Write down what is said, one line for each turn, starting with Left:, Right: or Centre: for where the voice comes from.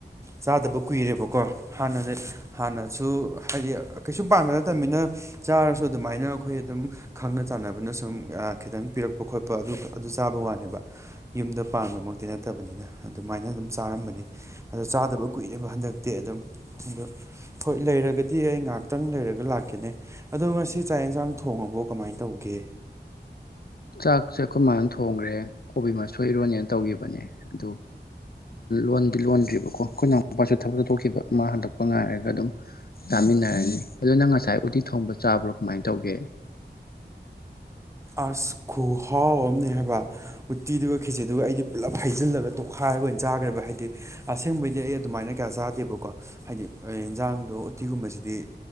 Right: ꯆꯥꯗꯕ ꯀꯨꯏꯔꯦꯕꯀꯣ꯫ ꯍꯥꯟꯅꯗꯤ ꯍꯥꯟꯅꯁꯨ ꯍꯥꯏꯗꯤ ꯀꯩꯁꯨ ꯄꯥꯟꯕꯝꯕ ꯅꯠꯇꯝꯃꯤꯅ ꯆꯥꯔꯁꯨ ꯑꯗꯨꯃꯥꯏꯅ ꯑꯩꯈꯣꯏ ꯑꯗꯨꯝ, ꯈꯪꯅ ꯆꯥꯟꯅꯕꯅ ꯁꯨꯝ ꯈꯤꯇꯪ ꯄꯤꯔꯛꯄ ꯈꯣꯠꯄ ꯑꯗꯨ ꯑꯗꯨ ꯆꯥꯕ ꯋꯥꯅꯦꯕ ꯌꯨꯝꯗ ꯄꯥꯟꯕꯃꯛꯇꯤ ꯅꯠꯇꯕꯅꯤꯅ ꯑꯗꯨꯃꯥꯏꯅ ꯑꯗꯨꯝ ꯆꯥꯔꯝꯕꯅꯤ꯫ ꯑꯗꯣ ꯆꯥꯗꯕ ꯀꯨꯏꯕ ꯍꯟꯗꯛꯇꯤ ꯑꯗꯨꯝ ꯑꯗꯣ ꯍꯣꯏ ꯂꯩꯔꯒꯗꯤ ꯑꯩ ꯉꯥꯏꯍꯥꯛꯇꯪ ꯂꯩꯔꯒ ꯂꯥꯛꯀꯦꯅꯦ꯫ ꯑꯗꯣ ꯉꯁꯤ ꯆꯥꯛ ꯌꯦꯟꯁꯥꯡ ꯊꯣꯡꯉꯕꯣ ꯀꯃꯥꯏꯅ ꯇꯧꯒꯦ?
Left: ꯆꯥꯛꯁꯦ ꯑꯩꯈꯣꯏ ꯃꯥꯅ ꯊꯣꯡꯈ꯭ꯔꯦ ꯀꯣꯕꯤ ꯃꯁꯣꯏ ꯏꯔꯣꯟꯅꯤ ꯇꯧꯈꯤꯕꯅꯦ ꯑꯗꯨ ꯂꯣꯟꯗꯤ ꯂꯣꯟꯗ꯭ꯔꯤꯕꯀꯣ ꯑꯩꯈꯣꯏ ꯅꯅꯥꯎ ꯃꯄꯥꯁꯨ ꯊꯕꯛ ꯆꯠꯊꯣꯛꯈꯤꯕ ꯃꯥ ꯍꯟꯂꯛꯄ ꯉꯥꯏꯔꯒ ꯑꯗꯨꯝ ꯆꯥꯃꯤꯟꯅꯔꯅꯤ ꯑꯗꯨ ꯅꯪ ꯉꯁꯥꯏ ꯎꯇꯤ ꯊꯣꯡꯕ ꯆꯥꯕ꯭ꯔꯣ ꯀꯃꯥꯏꯅ ꯇꯧꯒꯦ?
Right: ꯑꯁ ꯈꯨꯍꯥꯎ ꯑꯝꯅꯦ ꯍꯥꯏꯕ꯫ ꯎꯠꯇꯤꯗꯨꯒ ꯈꯦꯠꯆꯤꯗꯨꯒ ꯑꯩꯗꯤ ꯄꯨꯂꯞ ꯍꯩꯖꯤꯜꯂꯒ ꯇꯣꯈꯥꯏꯔꯒ ꯑꯣꯏꯅ ꯆꯥꯈ꯭ꯔꯦꯕ ꯍꯥꯏꯗꯤ ꯑꯁꯦꯡꯕꯩꯗꯤ ꯑꯩ ꯑꯗꯨꯃꯥꯏꯅ ꯀꯌꯥ ꯆꯥꯗꯦꯕꯀꯣ ꯍꯥꯏꯗꯤ, ꯌꯦꯟꯖꯥꯡꯗꯣ ꯎꯠꯇꯤꯒꯨꯝꯕꯁꯤꯗꯤ